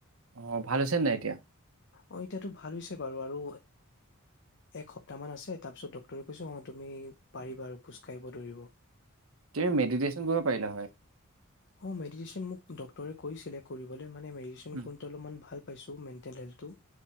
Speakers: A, on the right; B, on the left.
A: অহ ভাল হৈছে নাই এতিয়া?
B: অ এতিয়াতো ভাল হৈছে বাৰু আৰু একসপ্তাহমান আছে তাৰপিছত ডক্টৰে কৈছে অঁ তুমি পাৰিবা আৰু খোজকাাঢ়িব দৰিব।
A: তেওঁ মেডিটেশ্যন কৰিব পাৰিলে হয়
B: অ', মেডিটেশ্যন মোক ডক্টৰে কৈছিলে কৰিব মানে মেৰিচন
A: উম,
B: অলপমান ভাল <unintelligible> পাইছোঁ মেণ্টেল হেল্থটো